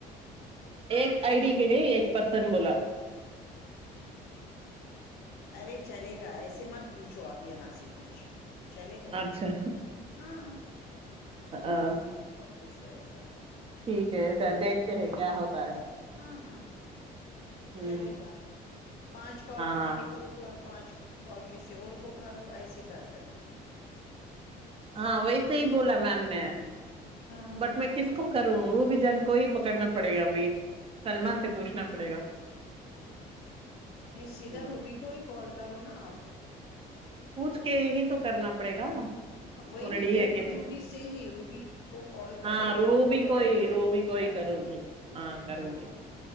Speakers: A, on the right (about 35°); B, on the left (about 70°).
A: ایک آئی ڈی کے لیے ایک پرس سن بولا
B: ارے چلے گا ایسے مت پوچھو آپ یہاں سے کچھ چلے گا
A: اچھا
B: ہاں
A: ا
B: پوش ایسا
A: ٹھیک ہے س دیکھتے ہیں کیا ہوتا ہے
B: ہاں ہاں
A: ہوں
B: چلے گا پانچ کال
A: ہاں
B: آپ میرے کرو کو پانچ کال کسی اور کو کرو ایسے کر کر کے
A: ہاں ویس ہی بولا میم
B: ہوں
A: نے
B: ہاں
A: بٹ میں کس کو کروں وہ بھی جان کو ہی پکڑنا پڑے گا بھائی سللما سے پوچھنا پڑے گا
B: نہیں سدھر
A: ہ
B: روب کوئی کال کرو نا آپ
A: پوچھ کے ہی تو کرنا پڑے گا
B: وہی
A: وہ ریڈی
B: میں کہہ
A: ہے
B: رہی
A: کہ
B: ہوں
A: نہیں
B: روبی سے ہی روبی کو کال کرو
A: ہاں روبی
B: اس کو بولو
A: کوئی
B: میں کر
A: روبی
B: دوں
A: کوئی کروں گی ہاں کروں
B: ہاں
A: گی